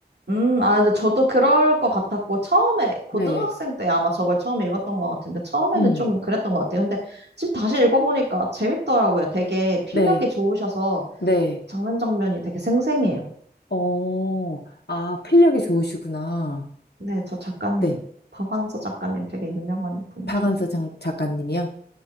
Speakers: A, on the right; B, on the left.
A: 음, 아, 근데 저도 그럴 것 같았고, 처음에, 고등학생
B: 네.
A: 때 아마 저걸 처음 읽었던 것 같은데, 처음에는
B: 음.
A: 좀 그랬던 것 같아요. 근데 지금 다시 읽어보니까 재밌더라고요. 되게 필력이
B: 네.
A: 좋으셔서
B: 네.
A: 장면 장면이 되게 생생해요.
B: 어, 아, 필력이 좋으시구나.
A: 네, 저 작가님,
B: 네.
A: 박완서 작가님 되게 유명한 분이잖아요.
B: 박완서 장- 작가님이요?